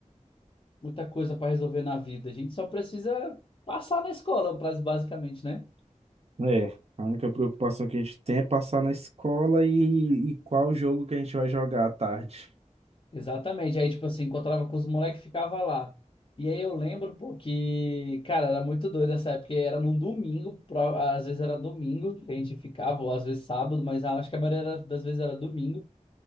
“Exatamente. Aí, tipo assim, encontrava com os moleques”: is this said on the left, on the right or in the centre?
Left